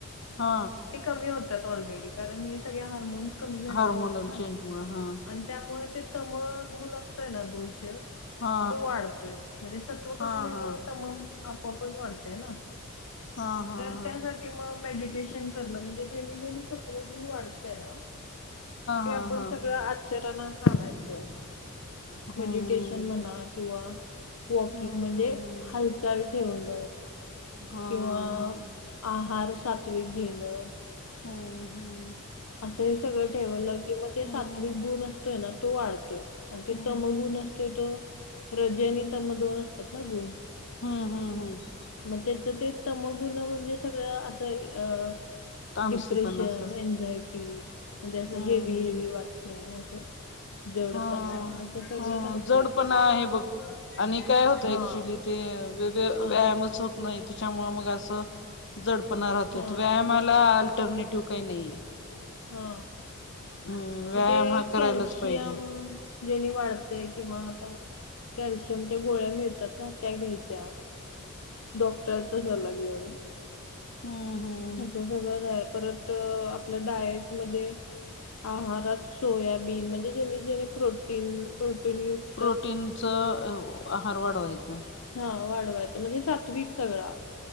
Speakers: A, on the left (about 55°); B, on the left (about 80°).
A: हा.
B: ते कमी होतात ऑलरेडी कारण हे सगळे हार्मोन्स कमी झाले
A: हार्मोनल
B: असतात ना.
A: चेंज मुळ हा
B: त्यामुळे ते तमगुण असतोय ना दोष
A: हा
B: तो वाढतोय म्हणजे सत्व कमी
A: हा
B: झाल्यावर
A: हा
B: तमाम आपोआपच वाढतय ना.
A: हा हा
B: तर
A: हा
B: त्यासाठी मग मेडिटेशन करणं म्हणजे जेणी जेणी सत्वगुण वाढतय ना ते
A: हा हा
B: आपण
A: हा
B: सगळं आचर आणयचं
A: हम्म
B: मेडटेश म्हणा किंवा वॉकिंग
A: हम्म
B: म्हणजे
A: हम्म
B: हालचाल ठेवण.
A: हा
B: किंवा
A: हा
B: आहार सात्विक घेणं.
A: हंम हंम.
B: असं हे सगळं ठेवलं की मग ते
A: हम्म
B: सात्विक गुण असतोय ना तो वाढतोय. आणि ते
A: हम्म
B: तमगुण असतोय तो रजे आणि तम दोन असतात ना गुण.
A: हम्म हम्म हम्म.
B: मग त्याचं ते तमगुण म्हणजे सगळं असं अ
A: तमशी
B: डिप्रेशन,
A: पणा सर
B: एन्झायटी म्हणजे असं
A: हम्म
B: हेवी
A: हम्.
B: हेवी वाटणं असं जडपणा
A: हं
B: असं सगळं
A: हं
B: राहतंय
A: जड
B: ते.
A: पणा आहे बघ आणि काय होतं
B: हां,
A: ऍक्च्युली ते व्यायामच
B: हां,
A: होत नाही त्याच्यामुळे मग अस जडपणा राहतय
B: हां,
A: व्या अल्टरनेटिव्ह काही नाहीये.
B: हा
A: हम्म व्यायाम
B: ते
A: हा करायलाच
B: कॅलशियम
A: पाहिजे
B: जेनी वाढतय किंवा आता कॅल्शियमच्या गोळ्या मिळतात ना त्या घ्यायच्या डॉक्टरचा सल्ला घेऊन.
A: हंम हंम.
B: असं सगळं आहे परत आपलं डायट मध्ये आहारात सोयाबीन म्हणजे जनी जणे प्रोटीन प्रोटीन युत
A: प्रोटीनच आहार वाढवायचं.
B: हा वाढवायचं म्हणजे सात्विक सगळा.